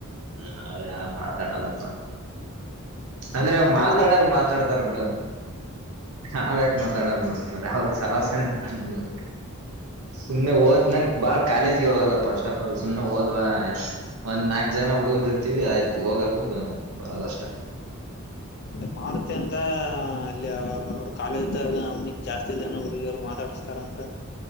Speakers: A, on the right; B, on the left.
A: ಹಾ ಅವ್ರ ಮಾತಾಡಲ್ಲಪ್ಪ ಅಂದ್ರೆ
B: ನೀನ್
A: ಅವ
B: ಮಾತಾಡಲ್ಲ
A: ಮಾತಾಡಾರ ಮಾತಾಡ್ತಾರ ಬಿಳ ನಾವ ಯಾಕ ಮತ್ ಬಿಡರ ಅವ್ರ ಸವಾಸಂತ ನ ಸುಮ್ನೆ
B: ಹ್ಮ
A: ಓದ ನಂ ಬಾಳ್ ಕಾಲಿಜ ಹೋಗಲ್ಲ ಫಸ್ಟ್ ಆಫ ಆಲ್ ಸುಮ್ನೆ ಹದ್ ಆಯ್ತ ಒ್ ನಾಕು ಜನ ಹುಡುಗ ಇರ್ತೀವಿ ಆಯ್ತು ಹೋಗೋದು ಬರದಷ್ಟೇ
B: ಅ ಮಾರುತಿ ಅಂತ ಅಲ್ಲಿ ಅವರು ಕಾಲೇಜ್ಗ ಅವ್ನಿಗ್ ಜಾಸ್ತಿ ಜನ ಹುಡುಗಿಯವ್ರು ಮಾತಾಡಿಸಸ್ತಾರ ಅಂತ